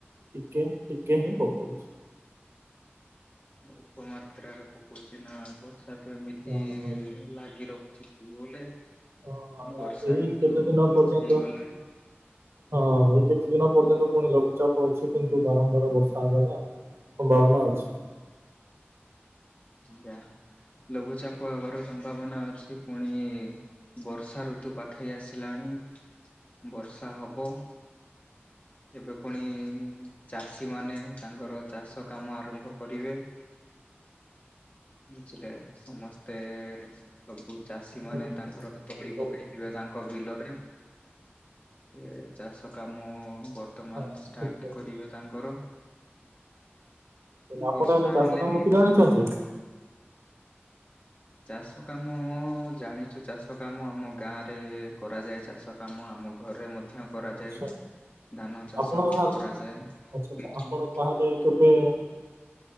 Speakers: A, on the right; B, on the left.
A: ଟିକେ ଟିକେ ହିଁ ପକାଉଛି।
B: ଅଳ୍ପ ମାତ୍ରାରେ ପକଉଛି ନା ବର୍ଷା ତ ଏମିତି
A: ହଁ ହଁ
B: ଲାଗି ରହୁଛି। ଚି ବୋଲି
A: ଆ-
B: ବର୍ଷା
A: ଏଇ
B: ଋତୁ
A: କେତେ ଦିନ ପର୍ଯ୍ୟନ୍ତ
B: ହେଇଗଲାଣି।
A: ହଁ ଏଇ କେତେ ଦିନ ପର୍ଯ୍ୟନ୍ତ ପୁଣି ଲଘୁଚାପ ଅଛି, କିନ୍ତୁ ବାରମ୍ବାର ବର୍ଷା ହବ ନା। ସମ୍ଭାବନା ଅଛି।
B: ଆଜ୍ଞା, ଲଘୁଚାପ ହବାର ସମ୍ଭାବନା ଅଛି ପୁଣି ବର୍ଷା ଋତୁ ପାଖେଇ ଆସିଲାଣି ବର୍ଷା ହବ। ଏବେ ପୁଣି ଚାଷୀ ମାନେ ତାଙ୍କର ଚାଷ କାମ ଆରମ୍ଭ କରିବେ। ବୁଝିଲେ ସମସ୍ତେ ସବୁ ଚାଷୀ ମାନେ
A: ହୁଁ
B: ତାଙ୍କର ତୋଳି
A: ଜାଣିପାରିଲେ
B: ପକେଇଥିବେ ତା ତାଙ୍କ ବିଲରେ ସେ ଚାଷ କାମ ବର୍ତମାନ
A: ହଁ
B: ଷ୍ଟାର୍ଟ
A: ଠିକ
B: କରିବେ ତାଙ୍କର
A: ଆପଣ
B: ବର୍ଷା
A: ତାହେଲେ ଚାଷ
B: ହେଲେ
A: କାମଟି
B: ବି
A: ଜାଣିଛନ୍ତି?
B: ଚାଷ କାମ, ଜାଣିଛୁ ଚାଷ କାମ, ଆମ ଗାଁ ରେ କରାଯାଏ ଚାଷ କାମ ଆମ ଘରେ ମଧ୍ୟ କରାଯାଏ।
A: ଆଚ୍ଛା
B: ଧାନ ଚାଷ
A: ଆପଣ ତାହେଲେ,
B: କରାଯାଏ।
A: ଆଛା
B: ବିଭିନ୍ନ
A: ଆଛା ଆପଣ ତାହେଲେ କେବେ,